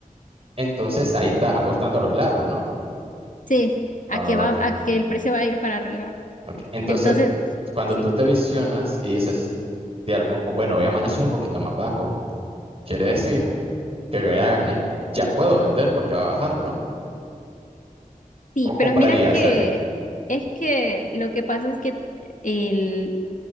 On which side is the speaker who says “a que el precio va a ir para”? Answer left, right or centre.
Left